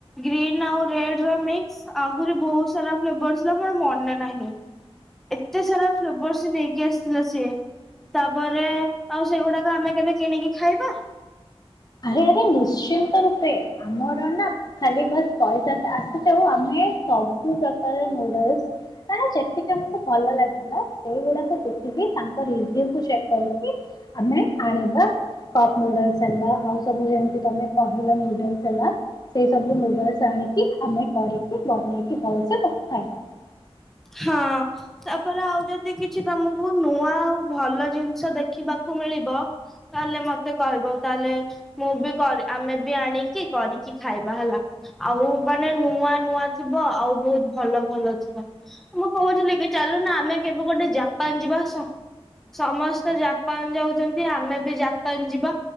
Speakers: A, in the centre; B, on the left.
A: ଗ୍ରୀନ୍ ଆଉ ରେଡର ମିକ୍ସ ଆହୁରି ବୋହୁତ ସାରା ଫ୍ଲେବର୍ ଥିଲା ମୋର ମନେ ନାହିଁ ଏତେ ସାରା ଫ୍ଲେବର ସେ ନେଇକି ଆସିଥିଲା ସିଏ ତାପରେ ଆଉ ସେଗୁଡାକ ଆମେ କେବେ କିଣିକି ଖାଇବା।
B: ଆରେ ଆରେ ନିଶ୍ଚିନ୍ତ ରୂପେ ଆମର ନା ଖାଲି ବାସ୍ ପଇସାଟା ଆସିଯାଉ ଆମେ ସବୁ ପ୍ରକାର ନୁଡଲସ ମାନେ ଯେତିକି ଆମକୁ ଭଲ ଲାଗିଲା ସେଇଗୁଡାକୁ ଦେଖିକି ତାଙ୍କ ରିଭ୍ୟୁକୁ ଚେକ୍ କରିକି ଆମେ ଆଣିବା କପ ନୁଡଲଶ୍ ଆଉ ସବୁ ଯେମିତି ତମେ। କହିଲ ନୁଡଲସ ହେଲା ସେଇ ସବୁ ନୁଡଲସ ଆଣି ଠିକ୍ ଆମେ କରିକି। ବନେଇକି ଭଲସେ ତାକୁ ଖାଇବା।
A: ହଁ ତାପରେ ଆଉ ଯଦି କିଛି ତମକୁ ନୂଆ ଆଉ ଭଲ ଜିନିଷ ଦେଖିବାକୁ ମିଳିବ ତାହେଲେ ମତେ କହିବ ତାହେଲେ ମୁଁ ବି ଆମେ ବି ଆଣିକି କରିକି ଖାଇବା ହେଲା, ଆଉ ମାନେ ନୂଆ ନୂଆ ଥିବ ଆଉ ବହୁତ ଭଲ ଭଲ ଥିବ। ମୁଁ କହୁଥିଲି କି ଚାଲୁନ ଆମେ କେବେ ଗୋଟେ ଜାପାନ ଯିବା, ସମ୍ ସମସ୍ତେ ଜାପାନ ଯାଉଛନ୍ତି ଆମେ ବି ଜାପାନ ଯିବା।